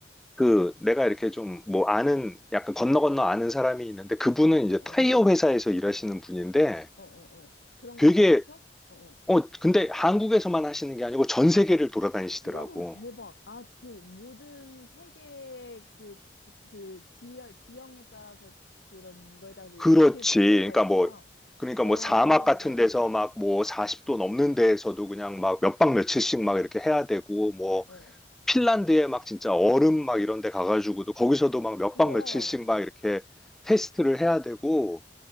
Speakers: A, in the centre; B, on the left.
A: 그 내가 이렇게 좀 뭐 아는 약간 건너 건너 아는 사람이 있는데 그분은
B: 어,
A: 이제 타이어 회사에서 일하시는 분인데
B: 어, 어, 어. 그런
A: 되게
B: 걸 좀 하셔? 어, 어.
A: 어 근데 한국에서만 하시는 게 아니고 전 세계를 돌아다니시더라고.
B: 우와, 대박. 아, 그 모든 세계의 그, 그, 그 지형, 지형에 따라서 그런 거에 따라서 이제
A: 그렇지.
B: 바퀴를 테스트해
A: 그러니까
B: 봐야 되니까.
A: 뭐, 그러니까
B: 와,
A: 뭐 사막
B: 대박이다.
A: 같은
B: 어,
A: 데서 막 뭐 40도 넘는 데에서도 그냥 막 몇 박 며칠씩 막 이렇게 해야 되고, 뭐
B: 어.
A: 핀란드에 막 진짜 얼음 막 이런 데 가가지고도 거기서도 막 몇
B: 우와.
A: 박 며칠씩 막 이렇게 테스트를 해야 되고,